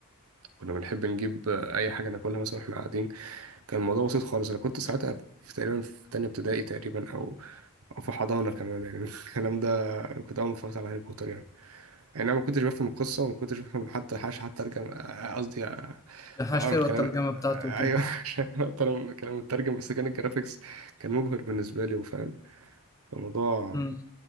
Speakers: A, on the right; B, on the left.
A: كنا بنحب نجيب آه، أي حاجة ناكلها مثلا وإحنا قاعدين كان الموضوع بسيط خالص أنا كنت ساعتها في تقريبا في تانية ابتدائي تقريبا أو أو في حضانة كمان يعني <laughs> الكلام ده كنت أول ما اتفرجت على هاري بوتر يعني يعني انا ما كنتش بفهم القصه وما كنتش بفهم حتى حاجه حتى ارجع قصدي
B: هشتري
A: اقرا الكلام
B: الترجمة بتاعته
A: ايوه
B: وكده
A: <laughs> عشان اقرا كلام مترجم بس كان الجرافيكس كان مبهر بالنسبه لي وفاهم كان موضوع
B: مم.